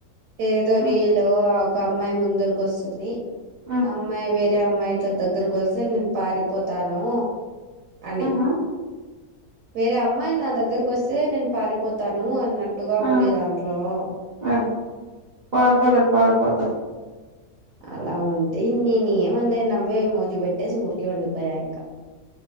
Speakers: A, on the right; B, on the right.
A: ఏదో
B: మ్మ్,
A: రీలు ఒక అమ్మాయి ముందరకు వస్తుంది
B: మ్మ్,
A: అమ్మాయి వేరే అమ్మాయి ఇట్లా దగ్గరకు వస్తే నేను పారిపోతాను అని
B: ఆహా,
A: వేరే అమ్మాయిలు నా దగ్గరకు వస్తే నేను పారిపోతాను అన్నట్టుగా
B: ఆ,
A: ఉండేదా ఆ
B: ఆహా పారిపోతారు పారిపోతారు
A: అలా ఉంటే నే ఏమంద నవ్వే మోజు పెట్టే ఊరికి ఉండిపోయా ఇంకా